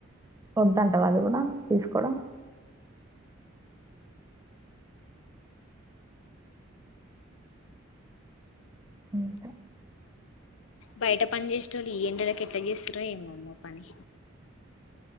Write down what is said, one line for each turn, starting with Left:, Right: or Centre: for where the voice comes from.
Right: వద్దంటావా అది కూడా తీసుకోవడం ఉక
Left: బయట పని చేసేటోళ్లు ఈ ఎండలకి ఎట్లా చేస్తారో ఏమమ్మో పని